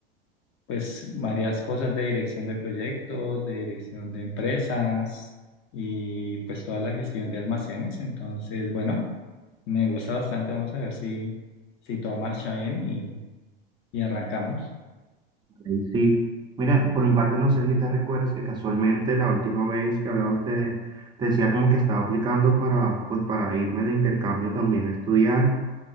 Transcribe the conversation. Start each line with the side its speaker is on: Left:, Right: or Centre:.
Left: pues varias cosas de dirección de proyectos, de dirección de empresas y pues toda la gestión de almacenes. Entonces, bueno, me gusta bastante. Vamos a ver si, si todo marcha bien y, y arrancamos.
Right: Ahí sí. Mira, por mi parte, no sé si te recuerdas que casualmente la última vez que hablamos te, te decía como que estaba aplicando para, pues, para irme de intercambio también a estudiar.